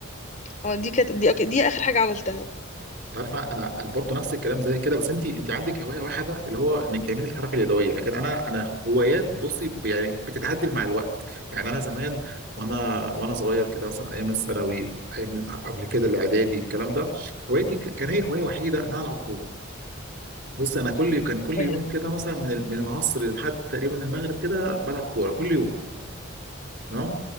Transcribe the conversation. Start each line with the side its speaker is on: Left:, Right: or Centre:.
Left: اه دي كانت دي, أك... دي اخر حاجه عملتها
Right: عارف انا انا برضو نفس الكلام زي كده بس انت انت عندك هوايه واحده اللي هو انك تعملي الحرف اليدويه لكن انا انا هوايات بصي ب- يعني بتتعدل مع الوقت يعني انا زمان وانا وانا صغير كده مثلا ايام الثانوي ايام قبل كده الاعدادي الكلام ده هوايتي ك- كان هي هوايه وحيده ان انا العب كوره بص انا كل كان كل
Left: يعني.
Right: يوم كده مثلا من ال- من العصر لحد تقريبا المغرب كده بلعب كوره كل يوم تمام